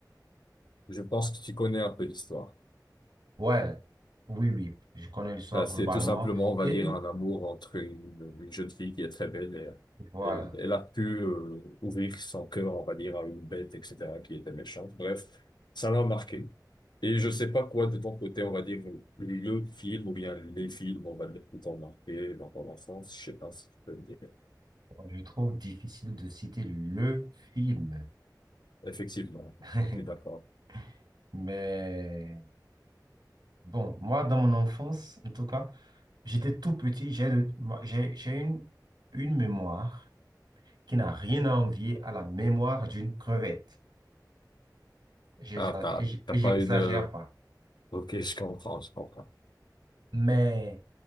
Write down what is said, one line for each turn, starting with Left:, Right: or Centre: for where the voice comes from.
Left: Je pense que tu connais un peu l'histoire.
Right: Ouais, oui, oui, je connais l'histoire
Left: Enfin, c'est
Right: globalement.
Left: tout simplement, on va
Right: Et
Left: dire, un amour entre une, une jeune fille qui est très belle et
Right: voilà,
Left: elle, elle a pu euh, ouvrir son cœur, on va dire, à une bête, etc., qui était méchante. Bref, ça l'a marqué. Et je sais pas quoi de ton côté, on va dire, le film ou bien les films, on va dire, qui t'ont marqué dans ton enfance. Je sais pas si tu peux me dire.
Right: je trouve difficile de citer le film.
Left: Effectivement,
Right: <laughs>
Left: je suis d'accord.
Right: Mais bon, moi, dans mon enfance, en tout cas, j'étais tout petit, j'ai le- moi, j'ai j'ai une, une mémoire qui n'a rien à envier à la mémoire d'une crevette. J'ai-
Left: Ah,
Right: j'ai-
Left: t'as,
Right: Et j'-
Left: t'as
Right: et
Left: pas
Right: j'exagère
Left: une... euh,
Right: pas.
Left: Ok, je comprends, je comprends.
Right: Mais